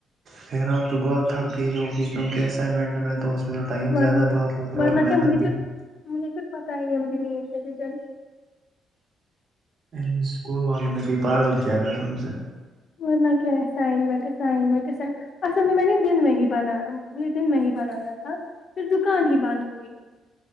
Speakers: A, on the right; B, on the left.
A: پیراں تو بعد تھک گئی ہوگی کیونکہ اسائنمنٹ میں تو اس میں جو ٹائم
B: ورنہ
A: زیادہ بہت لگتا ہے
B: ورنہ
A: اور محنت
B: کیا مجھے
A: بھی
B: پھر
A: <unintelligible>
B: مجھے کچھ پتا ہی نہیں مجھے نیند جیسے چلیی
A: ا سکول والوں میں پ پال کی کیا گ سم سے <unintelligible>
B: مگر نہ کی ای سائمنٹ ای سائنمنٹ ای اصل میں میں نے دن میں ہی بنا مج دن میں ہی بنانا تھا پھر دکان ہی بند ہوئی